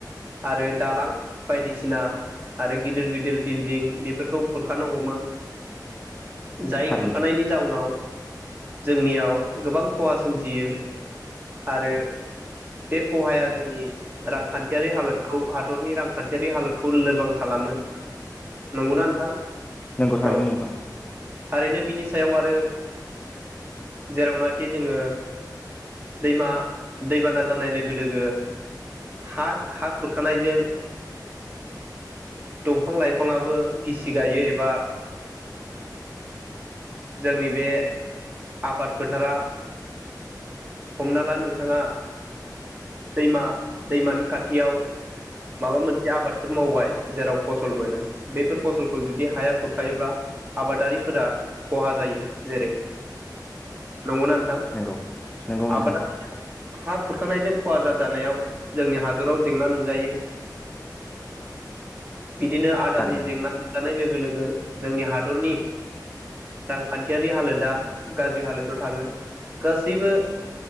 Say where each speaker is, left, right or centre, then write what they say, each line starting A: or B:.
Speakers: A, on the right; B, on the left.
A: आरो दालां बायदिसिना आरो गिदिर गिदिर बिल्डिं बेफोरखौ खुरखानो हमो जाय
B: थारैनो
A: खुरखानायनि जाउनाव। जोंनियाव गोबां खहा सोमजियो आरो बे खहाया जोंनि रांखान्थियारि हालोदखौ हादरनि रांखान्थियारि हालोदखौ लोरबां खालामो नंगौना नोंथां।
B: नोंगौ थारैनो
A: औ
B: नोंथां।।
A: थारैनो बिनि सायाव आरो जेरावनाखि जोङो दैमा दैबाना जानाय लोगो लोगो हा हा खुरखानायजों दंफां लाइफांआबो गिसि गायो एबा जोंनि बे आबाद फोथारा हमना ला नोंथाङा दैमा दैमानि खाथियाव माबा मोनसे आबादफोर मावबाय जेराव फसल मोनो बेफोर फसलखौ जुदि हाया खुरखायोब्ला आबादारिफोरा खहा जायो। जेरै नंगौना नोंथां?
B: नंगौ नंगौ नोंथां
A: आबादारि हा खुरखानायजों खहा जाजानायाव जोंनि हादराव जेंना नुजायो। बिदिनो आदारनि
B: थारैनो
A: जेंना जानाय लोग लोगो लोगो जोंनि हादरनि रांखान्थि यारि हालोदा गाज्रि हालोदाव थाङो। गासैबो